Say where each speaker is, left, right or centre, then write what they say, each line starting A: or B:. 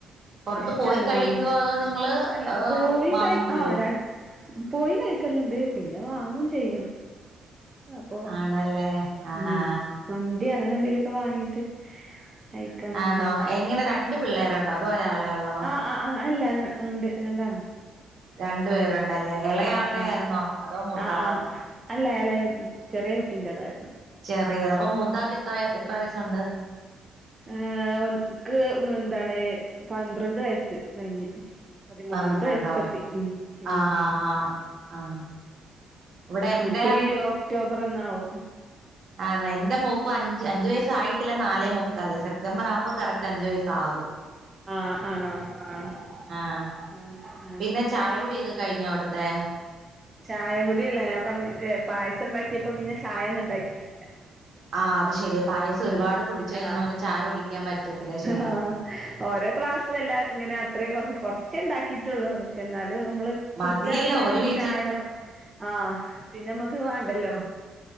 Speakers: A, on the right; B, on the right.
A: പുറത്ത്
B: ഇഷ്ടാണ്
A: പോയി കഴിക്കുവോ
B: മന്ത്
A: അതോ നിങ്ങള്
B: അല്ല
A: ഏഹ്
B: പോയി
A: വാങ്ങിക്കുവോ
B: കഴി ആഹ് ര പോയി കഴിക്കലുണ്ട് പിന്നെ വാങ്ങുവേം ചെയ്യും അപ്പൊ
A: ആണല്ലേ ആഹാ
B: ഉം മന്തി അങ്ങനെ എന്തെലുംവൊക്കെ വാങ്ങീട്ട് കഴിക്കാന്ന്
A: ആന്നോ
B: വിചാരിച്ച്
A: എങ്ങനെ രണ്ട് പിള്ളേരുണ്ടോ അതോ ഒരാളെ ഉള്ളോ
B: ആഹ് ആഹ് അല്ല ര ഉണ്ട് രണ്ടാൾ
A: രണ്ടു പേരുണ്ടല്ലേ ഇളയാളുടെ
B: ആ ആ
A: ആയിരുന്നോ അതോ മൂത്താളോ
B: ആ ആ അല്ല ഇളയ ചെറിയ കുട്ടീന്റേതായിരുന്നു
A: ചെറിയത് അപ്പൊ മൂത്താക്ക് എത്ര എത്ര വയസ്സുണ്ട്
B: ആഹ് ഓനക്ക് എന്താണ് പന്ത്രണ്ട് വയസ്സ് കഴിഞ്ഞു പതിമൂന്നാമത്തെ
A: പന്ത്രണ്ടോ
B: വയസക്ക് എത്തി ഉം ഉം
A: ആഹാ ഹാ ആ ഇവിടെ എന്റെ
B: ഓനക്കു ഈ ഒക്ടോബർ ഒന്നാവും
A: ആണോ എന്റെ മോക്കും അഞ്ച് അഞ്ചു വയസായി ട്ടില്ല നാലേ മുക്കാല് സെപ്റ്റംബർ ആകുമ്പോൾ കറക്റ്റ് അഞ്ച് വയസ്സ് ആകും
B: ആഹ് ആഹ് ആഹ്
A: ആഹ്
B: ആഹ്
A: പിന്നെ ചായ കുടിയൊക്കെ കഴിഞ്ഞോ അവിടുത്തെ
B: ചായ കുടിയല്ല ഞാൻ പറഞ്ഞില്ലേ പായസം ഉണ്ടാക്കിയപ്പോ പിന്നെ ചായ ഒന്നും ഉണ്ടാക്കി ഇല്ല
A: ആഹ് അത് ശെരിയാ പായസം ഒരുപാട് കുടിച്ച് കഴിഞ്ഞാൽ
B: ആഹ്
A: നമുക്ക് ചായ കുടിക്കാൻ പറ്റത്തില്ല ശെരിയാ
B: ആഹ് ഓരോ ക്ലാസ് എല്ലാരും ഇങ്ങനെ അത്രേ കൊറച്ചേ ഉണ്ടാക്കിട്ടുള്ളൂ പക്ഷെ എന്നാലും നമ്മള്
A: മതിയല്ലോ
B: കുടിച്ചാ പിന്നെ നമ്മക്ക്
A: ഒരു വി
B: ചായ ആഹ് പിന്നെ നമ്മക്ക് വേണ്ടല്ലോ